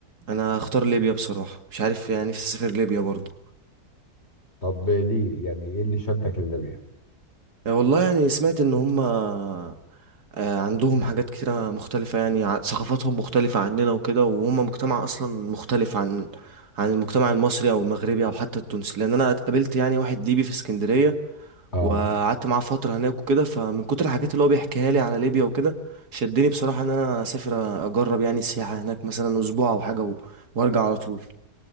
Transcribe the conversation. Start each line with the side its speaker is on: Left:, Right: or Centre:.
Right: انا هختار ليبيا بصراحة مش عارف يعني نفسي اسافر ليبيا برضو
Left: طب ليه يعني ايه اللي شدك لليبيا
Right: آه، والله يعني سمعت ان هما آه، عندهم حاجات كتيرة مختلفة يعني ع- ثقافاتهم مختلفة عننا وكده وهم مجتمع أصلا مختلف عن عن المجتمع المصري أو المغربي أو حتى التونسي لأن أنا اتقابلت يعني واحد ليبي في اسكندرية
Left: اه
Right: وقعدت معاه فترة هناك وكده فمن كتر الحاجات اللي هو بيحكيها لي على ليبيا وكده شدني بصراحة ان انا اسافر اجرب يعني السياحة هناك مثلا اسبوع او حاجة و... وارجع على طول